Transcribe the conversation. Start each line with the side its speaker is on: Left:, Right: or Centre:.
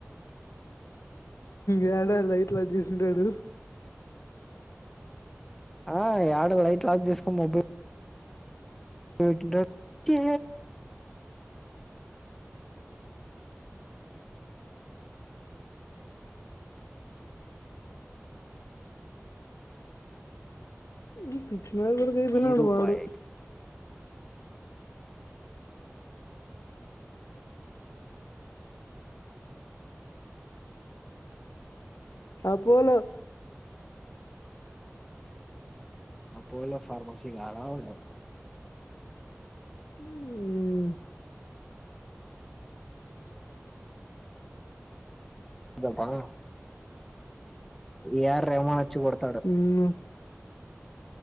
Left: యాడలా ఇట్లా చూసుంటాడు
Centre: ఆ ఏడ లైట్ లాఫ్ చేసుకోని మొబై <unintelligible> ఛే
Left: వీ పి <unintelligible> కు ఐపొయినాడు
Centre: ధీరు
Left: వాడు
Centre: బాయ్
Left: అపోలో
Centre: అపోలో ఫార్మసీ గాడ ఒకడు
Left: మ్మ్ అ
Centre: దపా యారు ప్రేమా చ్చి కొడతాడు
Left: ఉమ్